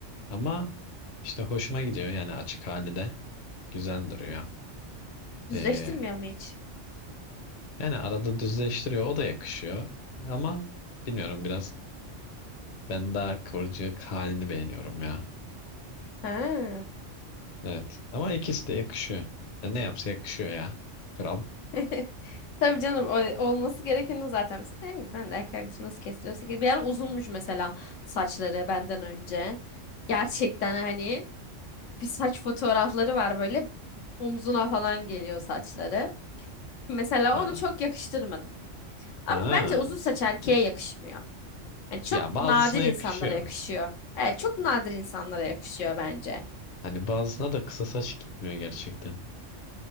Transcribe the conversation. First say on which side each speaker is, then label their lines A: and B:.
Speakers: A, on the left; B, on the left.
A: Ama işte hoşuma gidiyor yani açık hali de güzel duruyor.
B: Düzleştirmiyor
A: Ee,
B: mu hiç?
A: yani arada düzleştiriyor o da yakışıyor. Ama bilmiyorum biraz ben daha kıvırcık halini beğeniyorum ya.
B: Ha.
A: Evet ama ikisi de yakışıyor. Ya ne yapsa yakışıyor ya. Kral.
B: <laughs> Tabii canım o- olması gerekeni zaten. Mesela dedim ki ben de erkek arkadaşım nasıl kestiriyorsa ki bir ara uzunmuş mesela saçları benden önce. Gerçekten hani bir saç fotoğrafları var böyle omzuna falan geliyor saçları. Mesela
A: Ha.
B: onu çok yakıştırmadım. Ama
A: Ha.
B: bence uzun saç erkeğe yakışmıyor. Yani çok
A: Ya bazısına
B: nadir insanlara
A: yakışıyor.
B: yakışıyor. Evet çok nadir insanlara yakışıyor bence.
A: Hani bazısına da kısa saç gitmiyor gerçekten.